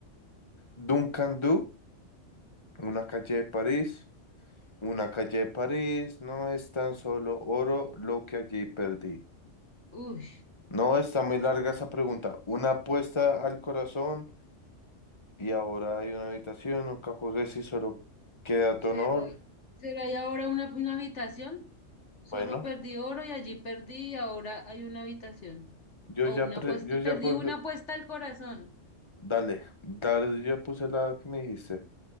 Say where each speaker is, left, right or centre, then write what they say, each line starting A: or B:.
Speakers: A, on the left; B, on the left.
A: Duncan Du? Una calle de París. Una calle de París no es tan solo oro lo que allí perdí.
B: Uy.
A: No, está muy larga esa pregunta. Una apuesta al corazón y ahora hay una habitación. Nunca juegues y solo queda tu
B: ¿Será,
A: honor.
B: será ahí ahora una, una habitación? Solo
A: Bueno,
B: perdí oro y allí perdí y ahora hay una habitación.
A: yo
B: O
A: ya,
B: una
A: pre-
B: apuesta,
A: yo
B: perdí
A: ya coge-
B: una apuesta al corazón.
A: Dale, dale, yo ya puse la que me dijiste.